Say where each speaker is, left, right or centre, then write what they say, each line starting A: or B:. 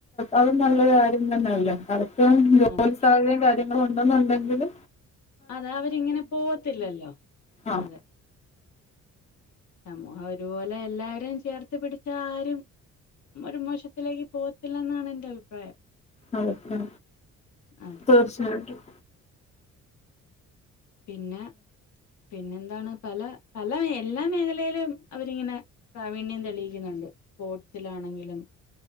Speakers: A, on the left; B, on the left.
A: അത് നല്ലരു കാര്യം തന്നെയല്ലേ കർക്കും ജോലി
B: അതെ
A: സാഹചര്യം കാര്യ കൊണ്ടന്നുണ്ടെങ്കില്
B: അതെ അവരിങ്ങനെ പോവത്തില്ലല്ലോ
A: ആ
B: അതെ സമൂഹം ഒരുപോലെ എല്ലാവരും ചേർത്ത് പിടിച്ചാ ആരും ഒരു മോശത്തിലേക്ക് പോകത്തില്ല എന്നാണ് എൻന്റെ അഭിപ്രായം
A: ആഹക്ക
B: അതെ
A: തീർച്ചായിട്ടും
B: പിന്നെ പിന്നെന്താണ് പല പല എല്ലാ മേഖലയിലും അവരിങ്ങനെ പ്രാവീണ്യം തെളിയിക്കുന്നുണ്ട് സ്പോർട്സിലാണെങ്കിലും